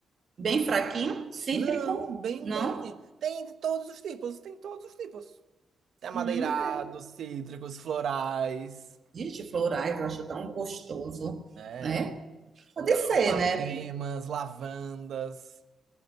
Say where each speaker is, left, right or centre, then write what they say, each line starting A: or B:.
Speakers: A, on the right; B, on the right.
A: Bem fraquinho, cítrico,
B: Não, bem
A: não?
B: bonzinho. Tem de todos os tipos, tem todos os tipos. Tem amadeirados,
A: Hum,
B: cítricos, florais,
A: de florais, eu acho tão gostoso,
B: né?
A: né? Pode ser,
B: Alfacemas,
A: né?
B: lavandas.